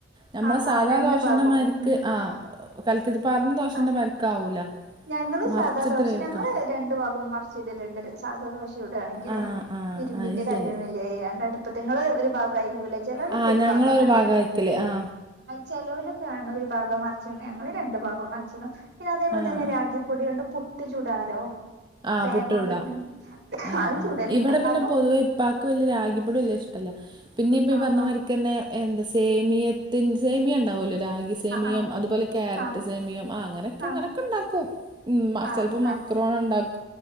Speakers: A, on the right; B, on the right.
A: നമ്മളെ
B: ആഹ്
A: സാധാ
B: ആഹ് രണ്ട്
A: ദോഷന്റെമാരിക്ക്
B: ഭാഗവും ഉം
A: ആ കലക്കി ഇത് പാറഞ്ഞ ദോഷന്റെ
B: ആ
A: മാരിക്ക് ആവൂല
B: ഞങ്ങള് സാദാ
A: മറിച്ചിട്ട്
B: ദോശ
A: വേവിക്കാ
B: ഞങ്ങള് രണ്ടു ബാഗോം മറിച്ച് ഇടലിണ്ട് സാദാദോശ ചൂടേണെങ്കിലോ
A: ആ ആ
B: ഇരുമ്പിന്റെ
A: അത്
B: കല്ലാണ്ലേ
A: ശരി
B: അതിണ്ട് അടുപ്പത്ത് നിങ്ങള് ഒരു ഭാഗായി ക്കുല ചെലോലൊക്കെ
A: ആ
B: ഒരു
A: ഞങ്ങളൊരു
B: ഭാഗം കണ്ടിന്
A: ഭാഗാ വെക്കല് ആ
B: ചെലോലൊക്കെ കാണ ഒരു ഭാഗം മറിച്ചിടണ് ഞങ്ങള് രണ്ടു ഭാഗം മറിച്ചിടും പിന്നെ അതേപോലെ
A: ആ
B: തന്നെ
A: ആ
B: റാഗി പൊടിയോണ്ട് പുട്ട് ചുടാലോ
A: ആ
B: തേങ്ങൊക്കെ
A: പുട്ടൂടാ
B: ഇട്ട്
A: ആ
B: അത്
A: ആ
B: ചുടലുണ്ട്
A: ഇവിടെ പിന്നെ
B: അതും
A: പൊതുവെ ഇപ്പാക്ക് വല്യ രാഗിപ്പൊടി വല്യ ല്ല പിന്നെ ഇപ്പ
B: ആഹ്
A: ഈ പറഞ്ഞ
B: ആഹ്
A: മാരിക്കന്നെ എന്താ സേമിയത്തിന്റെ സേമിയ ഉണ്ടാവോലോ രാഗി സേമിയം
B: ആഹ്
A: അതുപോലെ ക്യാരറ്റ്
B: ആഹ്
A: സേമിയം ആ അങ്ങനെയൊക്കെ
B: ആഹ്
A: ഇങ്ങനെയൊക്കെ ഉണ്ടാക്കും ഉമ്മ
B: ആഹ്
A: ചിലപ്പോൾ
B: ആഹ് ആഹ്
A: മക്രോണ ഇണ്ടാക്കും